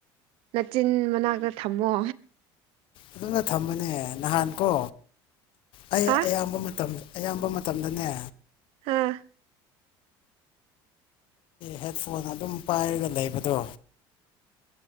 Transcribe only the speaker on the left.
ꯑꯗꯨꯅ ꯊꯝꯕꯅꯦ ꯅꯍꯥꯟ ꯀꯣ ꯑꯩ
ꯑꯌꯥꯝꯕ ꯃꯇꯝꯗ ꯑꯌꯥꯝꯕ ꯃꯇꯝꯗꯅꯦ
ꯍꯦꯠꯐꯣꯟ ꯑꯗꯨꯝ ꯄꯥꯏꯔꯒ ꯂꯩꯕꯗꯣ